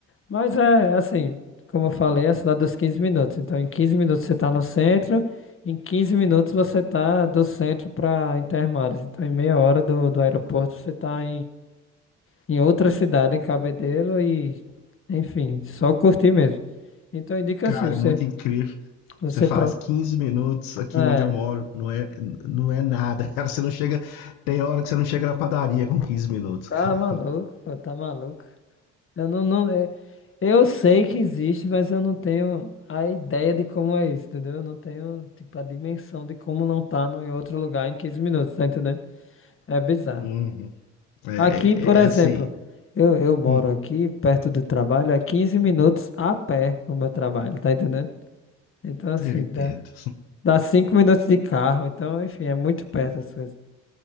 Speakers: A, on the left (about 40°); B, on the left (about 80°).
A: Mas é assim, como eu falei, é a cidade dos 15 minutos. Então em 15 minutos você está no centro, em 15 minutos você está do centro para Intermares. Então em meia hora do, do aeroporto você está em outra cidade, em Cabedelo e, enfim, só curtir mesmo. Então indica
B: Cara,
A: assim, você,
B: muito incrível.
A: você
B: Você faz
A: pro.
B: 15 minutos aqui
A: É,
B: onde eu moro, não é, não é nada, <laughs> cara. Você não chega. Tem hora que você não chega na padaria com quinze minutos,
A: tá
B: cara.
A: maluco, pô, tá maluco. Eu não, não, é- eu sei que existe, mas eu não tenho a ideia de como é isso, entendeu? Eu não tenho, tipo, a dimensão de como não tá no, em outro lugar em 15 minutos, tá entendendo? É bizarro.
B: Uhum. É,
A: Aqui, por exemplo,
B: é, é assim.
A: eu, eu moro
B: Hum,
A: aqui, perto do trabalho, é 15 minutos a pé o meu trabalho, tá entendendo? Então, assim,
B: eu entendo.
A: dá- Dá cinco minutos de carro, então, enfim, é muito perto as coisas.